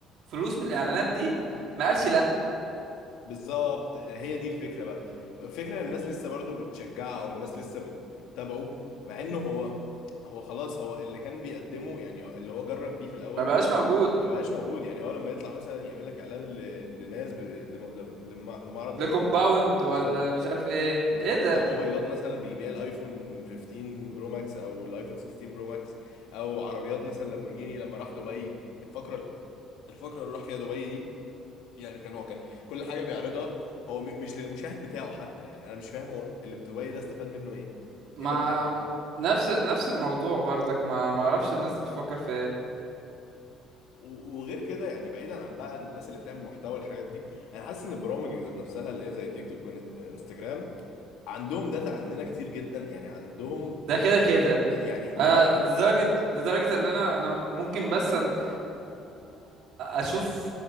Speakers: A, on the right (about 60°); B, on the left (about 80°).
A: فلوس من الإعلانات دي ما قالش لأ
B: بالظبط هي دي الفكره بقى الفكره ان الناس لسه برضو بتشجعه او الناس لسه بت- بتتابعه مع انه هو هو خلاص هو اللي كان بيقدمه يعني اللي هو جرب بيه في الاول
A: ما بقاش موجود
B: ما بقاش موجود يعني هو لما يطلع مثلا يعمل لك اعلان ل- لناس ب... لم... لم... لم- لمعرض
A: لكومباوند
B: ما يبقى-
A: ولا
B: بالظبط
A: مش عارف إيه
B: ل-
A: إيه
B: اللي
A: ده
B: بتاع موبايلات مثلا بيبيع الايفون 15 برو ماكس او الايفون 16 برو ماكس او عربيات مثلا لامبورجيني لما راح دبي الفقره الفقره اللي راح فيها دبي دي يعني كان هو كان كل حاجه بيعرضها هو م- مش للمشاهد بتاعه حتى يعني انا مش فاهم هو اللي بدبي ده استفاد منه ايه
A: ما
B: دي اول حاجه
A: نفس نفس الموضوع برضك ما ما اعرفش الناس بتفكر في ايه
B: و- وغير كده يعني بعيدا عن بقى الناس اللي بتعمل محتوى والحاجات دي انا حاسس ان البرامج ذات نفسها اللي هي زي تيك توك وانستجرام عندهم داتا عننا كتير جدا يعني عندهم
A: ده
B: ده
A: كده كده
B: يعني لدرجه
A: انا لدرجه لدرجه ان انا انا ممكن بس أن أ- اشوف